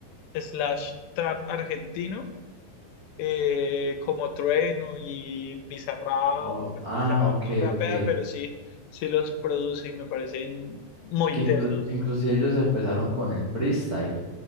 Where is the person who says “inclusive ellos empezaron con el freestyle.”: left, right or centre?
Right